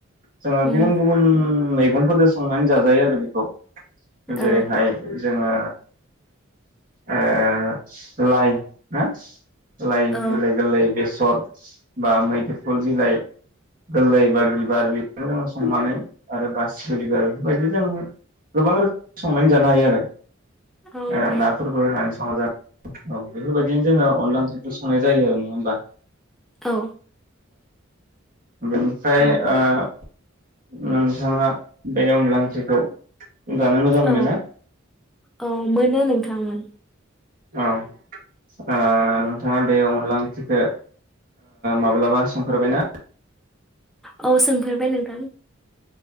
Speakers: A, on the right; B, in the centre.
A: जोङो
B: उम
A: गुबुन गुबुन मैगंफोर संनानै जाजायो आरो बेखौ।
B: औ
A: जेरै हाय जोङो ओ लाइ ना लाय
B: औ
A: बिलाय गोरलै बे <unintelligible> सर बा मैदोफुल बिलाइ गोरलै बा बिबार <unintelligible> संनानै आरो बासिगिबिबार बायदि जों गोबां रोखोम संनानै जानो हायो आरो
B: औ हायो
A: नाफोरबो होननानै संना जा औ बेफोरबायदिनो जोङो अनला ओंख्रिखौ संनाय जायो आरो नङा होमबा
B: औ
A: <inaudible> बेनिफ्राय
B: उम
A: ओ नोंथाङा बे अनला ओंख्रिखौ जानो मोजां मोनो
B: औ
A: ना
B: औ मोनो नों थांमोन।
A: औ ओ
B: उम
A: नोंथाङा बेयाव अनलाइंख्रिखौ माब्लाबा संफेरबायना?
B: औ सोंफेरबाय नोंथां